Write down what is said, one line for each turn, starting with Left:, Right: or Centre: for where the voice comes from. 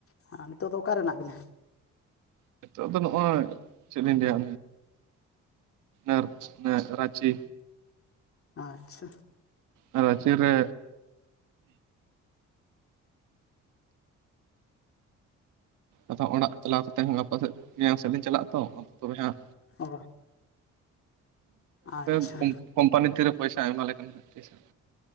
Left: ᱟᱨ ᱱᱤᱛᱳᱜ ᱫᱚ ᱚᱠᱟᱨᱮ ᱢᱮᱱᱟᱜ ᱵᱮᱱᱟ
Right: ᱱᱤᱛᱚᱜ ᱫᱚ ᱱᱚᱜᱼᱚᱭ ᱪᱮᱫ ᱞᱤᱧ ᱞᱟᱹᱭᱟ ᱚᱱᱮ ᱨᱟᱸᱪᱤ
Left: ᱟᱪᱪᱷᱟ
Right: ᱟᱨ ᱨᱟᱸᱪᱤ ᱨᱮ ᱟᱫᱚ ᱚᱲᱟᱜ ᱪᱟᱞᱟᱣ ᱠᱟᱛᱮᱫ ᱦᱚᱸ ᱜᱟᱯᱟ ᱥᱮᱫ ᱢᱮᱭᱟᱝ ᱥᱮᱫ ᱞᱤᱧ ᱪᱟᱞᱟᱜᱼᱟ ᱛᱚ ᱟᱫᱚ ᱛᱚᱵᱮ ᱦᱟᱸᱜ
Left: ᱚ ᱟᱪᱪᱷᱟ
Right: <unintelligible> ᱠᱚᱢᱯᱟᱱᱤ ᱛᱤᱨᱮ ᱯᱚᱭᱥᱟᱭ ᱮᱢᱟᱞᱮ ᱠᱟᱱᱟ ᱦᱟᱸᱜ ᱛᱤᱥᱚᱜ